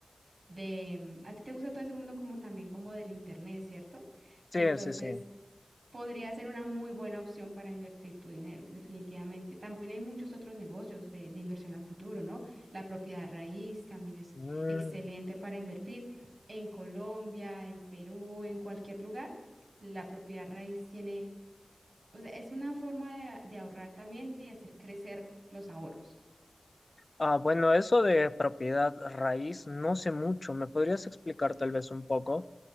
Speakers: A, on the right (about 75°); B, on the left (about 45°).
A: de, mm, a ti te gusta todo ese mundo como también como del internet, ¿cierto?
B: Sí,
A: Entonces,
B: sí, sí.
A: podría ser una muy buena opción para invertir tu dinero, definitivamente. También hay muchos otros negocios de, de inversión a futuro, ¿no? La propiedad raíz también es
B: Mm.
A: excelente para invertir en Colombia, en Perú, en cualquier lugar. La propiedad raíz tiene, o sea, es una forma de, de ahorrar también y de hacer crecer los ahorros.
B: Ah, bueno, eso de propiedad raíz, no sé mucho. ¿Me podrías explicar tal vez un poco?